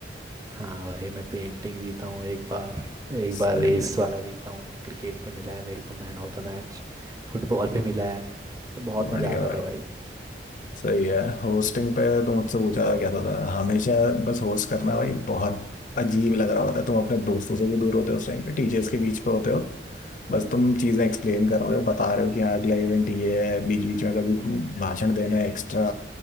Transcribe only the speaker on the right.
हाँ भाई मैं पेंटिंग जीता हूँ एक बार एक
बार रेस
वाला जीता हूँ क्रिकेट पे मिला है मेरे को man of the match football पे मिला है तो बहुत
मज़ा आता
था भाई